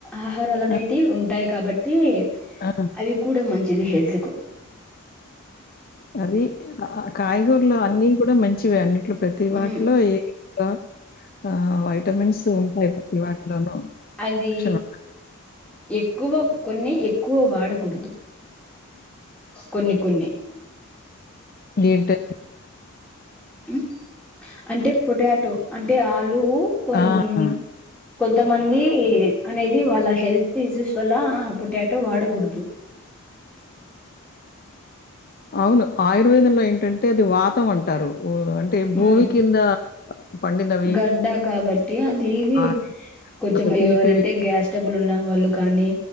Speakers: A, in the centre; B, on the left.
A: ఆహారాలు అనేటిది
B: ఆ!
A: ఉంటాయి కాబట్టి
B: ఆ!
A: అవి కూడా మంచిది హెల్త్ కు
B: అవి కాయగూరలో అన్ని కూడా మంచివే అన్నిట్లో ప్రతి వాట్లు
A: మ్
B: ఏ గ ఆ వైటమిన్స్ ఉంటాయి ప్రతి వాటిలోనూ
A: ఇది
B: పోషణ
A: ఎక్కువ కొన్ని ఎక్కువ వాడకూడదు కొన్ని కొన్ని
B: ఏంటో
A: మ్ అంటే పొటాటో అంటే ఆలు ఉ కొన్ని
B: ఆ!
A: కొంతమంది అనేవి వాళ్ళ హెల్త్ ఇష్యూస్ వల్ల పొటాటో వాడకూడదు
B: అవును ఆయుర్వేదంలో ఏంటంటే అది వాతం అంటారు ఓ అంటే భూమి
A: మ్
B: కింద పండినవి.
A: గడ్డ కాబట్టి అది
B: ఆ
A: కొంచెం
B: తర్వాత తీపివి
A: ఎవరంటే గ్యాస్ స్టబ్బులు ఉన్నా వాళ్ళు కానీ